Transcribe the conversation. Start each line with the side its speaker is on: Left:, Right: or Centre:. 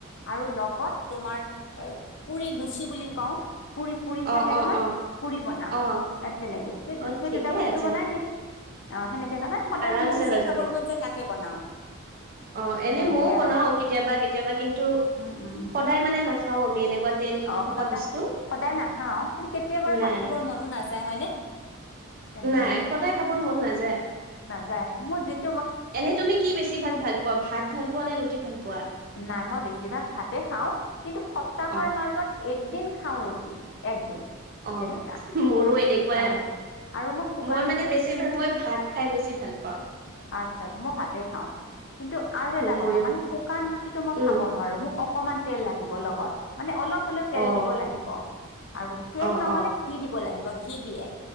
Left: আৰু লগত তোমাৰ এ পুৰি লুচি বুলি কওঁ। পুৰি পুৰি
Right: অ অ
Left: থাকে
Right: অ
Left: নহয়
Right: অ
Left: পুৰি বনাম
Right: অ
Left: তেনেকে সেই
Right: অ
Left: সেই
Right: ঠিকে
Left: দুটা বস্তু
Right: আছে
Left: বনাই দিম। অ' সেনেকে কাৰণে সদায়
Right: আৰামছে
Left: মোৰ যি
Right: হৈ যাব
Left: খাবৰ মন যায় তাকে বনাও।
Right: অ' এনে
Left: তেনেকে
Right: মইও বনাও
Left: আৰু
Right: কেতিয়াবা কেতিয়াবা কিন্তু
Left: উম উম
Right: সদায় মানে নাখাও আমি। এনেকুৱা তেল
Left: অ
Right: থকা
Left: সদায়
Right: বস্তু।
Left: সদায় নাখাও কিন্তু কেতিয়া
Right: নাই
Left: ভাত খাবৰ মনো নাযায় হয়নে? তেনেকে
Right: নাই সদায় খাবৰ মন নাযায়।
Left: টাইম মোৰ যিত
Right: এনে তুমি কি বেছিভাগ ভাল পোৱা ভাত ভাল পোৱা নে ৰুটি ভাল পোৱা?
Left: নাই মই বেছিভাগ ভাতে খাওঁ কিন্তু স সপ্তাহৰ
Right: অ
Left: মাজত একদিন খাওঁ ৰুটী একদিন।
Right: অ'
Left: তেনেকা
Right: মোৰো এনেকুৱাই।
Left: অ আৰু শুকান
Right: মই মানে
Left: ৰুটি
Right: বেছিভাগ
Left: কিন্তু
Right: মই ভাত খাই বেছি ভাল পাওঁ।
Left: আচ্ছা আচ্ছা, মই ভাতে খাওঁ কিন্তু আৰু এটা
Right: ময়ো
Left: কথা মানে শুকান ৰুটিটো মই
Right: উম
Left: খাব নোৱাৰো মোক অক অকমান তেল লাগিব লগত। মানে অলপ হ'লেও তেল
Right: অ
Left: দিব লাগিব আৰু তেল
Right: অ
Left: নহ'লে
Right: অ
Left: ঘি দিব লাগিব। ঘি দিয়ে।